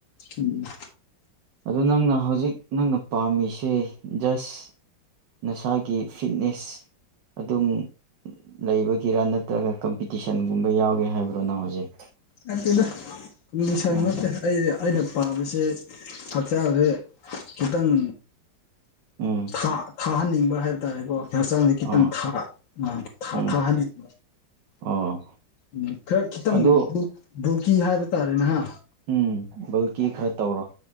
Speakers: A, on the left (about 75°); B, on the right (about 70°).
A: ꯎꯝ
B: ꯑꯗꯨ ꯅꯪꯅ ꯍꯧꯖꯤꯛ ꯅꯪꯅ ꯄꯥꯝꯃꯤꯁꯦ ꯖꯁ ꯅꯁꯥꯒꯤ ꯐꯤꯠꯅꯦꯁ ꯑꯗꯨꯝ ꯂꯩꯕꯒꯤꯔꯥ ꯅꯠꯇ꯭ꯔꯒ ꯀꯝꯄꯤꯇꯤꯁꯟꯒꯨꯝꯕ ꯌꯥꯎꯒꯦ ꯍꯥꯏꯕ꯭ꯔꯣ ꯅꯪ ꯍꯧꯖꯤꯛ
A: ꯅꯠꯇ‌ꯦꯗ ꯀꯝꯕꯤꯁꯟ
B: ꯎꯝ
A: ꯅꯠꯇ‌ꯦ ꯑꯩꯗꯤ ꯑꯩꯅ ꯄꯥꯝꯃꯤꯁꯦ ꯍꯛꯆꯁꯦ ꯈꯤꯇꯪ
B: ꯎꯝ
A: ꯊꯥ ꯊꯥꯍꯟꯅꯤꯡꯕ ꯍꯥꯏꯕ ꯇꯥꯔꯦꯀꯣ ꯍꯛꯆꯥꯡꯁ ꯈꯤꯇꯪ
B: ꯑꯥ
A: ꯊꯥ ꯑ ꯊꯥ
B: ꯎꯝ
A: ꯊꯥꯍꯟꯅꯤꯡ
B: ꯑꯣ
A: ꯎꯝ ꯈꯔ ꯈꯤꯇꯪ
B: ꯑꯗꯨ
A: ꯕꯨꯀꯤ ꯍꯥꯏꯕ ꯇꯥꯔꯦꯅ‌ꯩ ꯍꯥ
B: ꯎꯝ ꯕꯜꯀꯤ ꯈꯔ ꯇꯧꯔꯣ